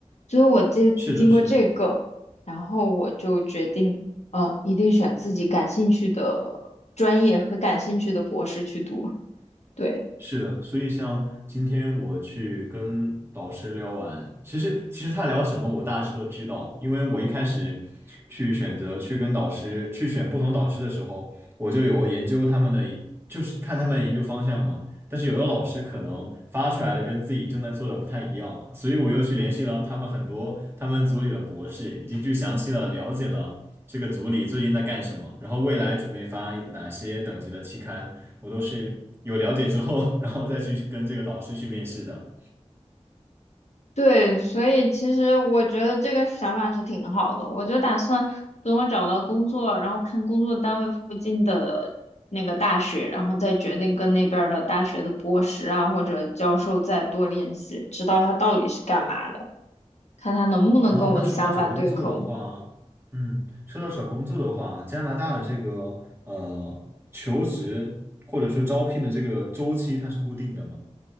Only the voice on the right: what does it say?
是的，是的。
是的，所以像今天我去跟导师聊完，其实其实他聊什么我大致都知道，因为我一开始去选择去跟导师去选不同导师的时候，我就有研究他们的，就是看他们的研究方向嘛。但是有的老师可能发出来的跟自己正在做的不太一样，所以我又去联系了他们很多他们组里的博士，已经去详细的了解了这个组里最近在干什么，然后未来准备发哪些等级的期刊。我都是有了解之后，然后再去跟这个导师去面试的。
哦，那说到找工作的话，嗯，说到找工作的话，加拿大的这个呃求职或者说招聘的这个周期，它是固定的吗？